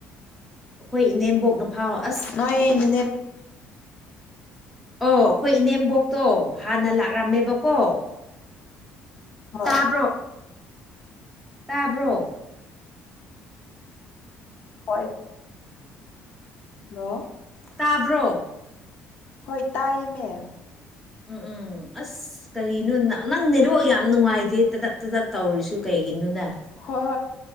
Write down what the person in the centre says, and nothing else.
ꯑꯩꯈꯣꯏ ꯏꯅꯦꯝꯕꯣꯛꯅ ꯐꯥꯎ ꯑꯁ
ꯑꯣ ꯑꯩꯈꯣꯏ ꯏꯅꯦꯝꯕꯣꯛꯇꯣ ꯍꯥꯟꯅ ꯂꯥꯛꯔꯝꯃꯦꯕꯀꯣ
ꯇꯥꯕ꯭ꯔꯣ ꯇꯥꯕ꯭ꯔꯣ
ꯇꯥꯕ꯭ꯔꯣ
ꯎꯝ ꯎꯝ ꯑꯁ ꯀꯔꯤꯅꯣ ꯅ-ꯅꯪ ꯅꯦꯠꯋ꯭ꯔꯥꯛ ꯌꯥꯝ ꯅꯨꯡꯉꯥꯏꯇꯦ ꯇꯗꯠ ꯇꯗꯠ ꯇꯧꯔꯤꯁꯤꯕꯨ ꯀꯩꯒꯤꯅꯣꯅꯦ꯫